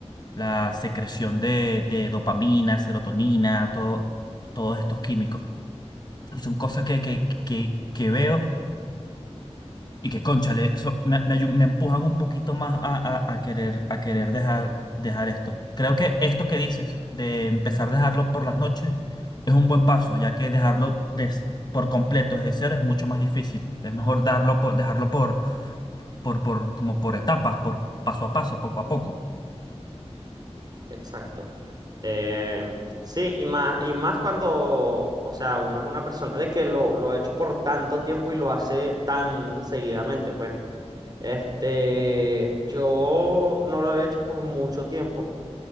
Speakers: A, on the left; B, on the right.
A: la secreción de, de dopamina, serotonina, todo, todos estos químicos. Y son cosas que, que, que, que veo. Y que, cónchale, eso me, me, ayu- me empujan un poquito más a, a- a querer, a querer dejar, dejar esto. Creo que esto que dices de empezar a dejarlo por las noches es un buen paso, ya que dejarlo des- por completo desde cero es mucho más difícil. Es mejor darlo por, dejarlo por, por, por, como por etapas, por paso a paso, poco a poco.
B: exacto. Eh, sí, y más, y más cuando, o sea, uno es una persona de que lo, lo ha hecho por tanto tiempo y lo hace tan seguidamente, pues. Este, yo no lo había hecho por mucho tiempo,